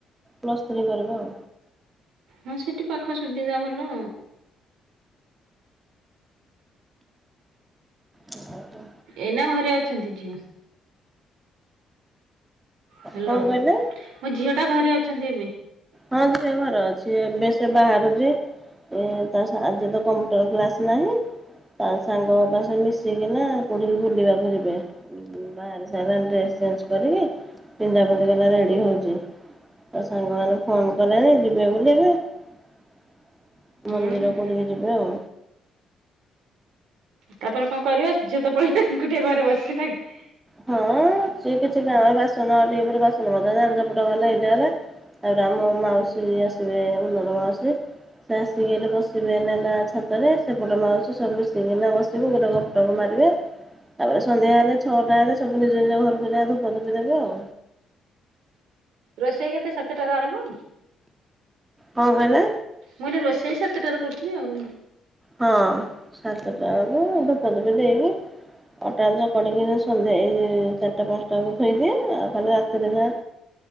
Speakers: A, on the right; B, on the right.
A: ପ୍ଲସ୍ ଥ୍ରୀ କରିବ ଆଉ।
B: ହଁ ସେଠି ପାଖ ସୁବିଧା ଭଲ।
A: ସେ
B: ଏଇନା ଘରେ ଅଛନ୍ତି ଝିଅ? ହ୍ୟାଲୋ
A: କଣ କହିଲେ?
B: ମ ଝିଅ ଟା ଘରେ ଅଛନ୍ତି ଏବେ?
A: ହଁ ଝିଅ ଘର ଅଛି। ଏବେ ସେ ବାହାରୁଛି ଏତ ସାରା ଆଜିତ କମ୍ପ୍ୟୁଟର କ୍ଲାସ୍ ନାହିଁ। ତାସାଙ୍ଗ ଅପା ସାଙ୍ଗେ ମିଶିକିନା କୋଉଠିକି ବୁଲିବାକୁ ଯିବେ। ବାହାରି ସାରିଲା ଡ୍ରେସ୍ ଚେଞ୍ଜ କରିକି ପିନ୍ଧା ପିନ୍ଧ କରି ରେଡ଼ି ହଉଚି। ତାସାଙ୍ଗମାନେ ଫୋନ୍ କଲେଣି ଯିବେ ବୋଲିକି
B: ହୁଁ
A: ମନ୍ଦିର କୋଉଠିକି ଯିବେ ଆଉ।
B: ତାପରେ କଣ କରିବା ଝିଅତ ପଳେଇଲା ଏକୁଟିଆ ଘରେ ବସିଚେ ନାଁକି?
A: ହଁ ସିଏ କିଛି କାଁରେ ବାସନ ଆଉଟିକେ ପରେ ବାସନ ମଜା ଝାଡ଼ାଝପଟ ଗଲେ <unintelligible> ତାପରେ ଆମ ମାଉସୀ ଆସିବେ ଉନ୍ନତ ମାଉସୀ‌ ସେଆସିକି ଏଇଠି ବସିବେ ଏଇନା ଗାଁ ଛାତରେ ସେପଟ ମାଉସୀ ସବୁ ଆସିକି ଏଇନା ବ ିବୁ ଗୋଟେ ଗପଟକ ମାରିବେ ତାପରେ ସନ୍ଧ୍ୟା ହେଲେ ଛଅଟା ହେଲେ ସବୁ ନିଜ ନିଜ ଘରକୁ ଯାଏ ଧୂପ ଦିପି ଦେବେ ଆଉ।
B: ରୋଷେଇ କେତେ ସାତଟାରେ ଆରମ୍ଭ?
A: କଁ କହିଲେ?
B: ମୁଁକହିଲି ରୋଷେଇ ସାତଟାରେ କରୁଥିବେ ଆଉ।
A: ହଁ ସାତଟାବେଳେ ଧୂପ ଦିପ ଦେଇକି ଅଟା ଚକଡିକି ସନ୍ଧ୍ୟା ଏଇ ଚାରିଟା ପାଞ୍ଚଟା ବେଳକୁ ଥୋଇଦିଏ ଆଉ ଖାଲି ରାତିରେ ଯା